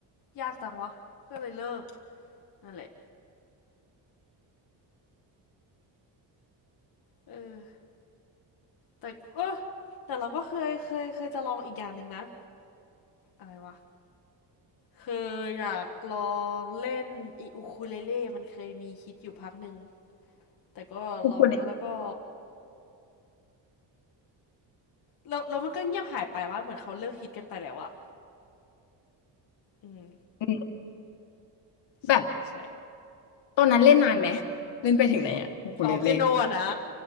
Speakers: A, on the left (about 50°); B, on the left (about 70°).
A: อยากจังวะก็เลยเลิกนั่นแหละเออแต่เออแต่เราก็เคยเคยเคยจะลองอีกอย่างหนึ่งนะอะไรวะเคยอยากลองเล่นอีอูคูเลเล่มันเคยมีฮิตอยู่พักหนึ่งแต่ก็ลองแล้วแล้วก็
B: ุคนเลน
A: แล้วแล้วมันก็เงียบหายไปว่าเหมือนเขาเลิกฮิตกันไปแล้วอะอืม
B: อื่
A: ใช่ใช่
B: แบบตอนนั้นเล่นนานไหมเล่นไปถึงไหนอ่ะกุคูเลนเล่
A: อ๋อเปียโนอะนะ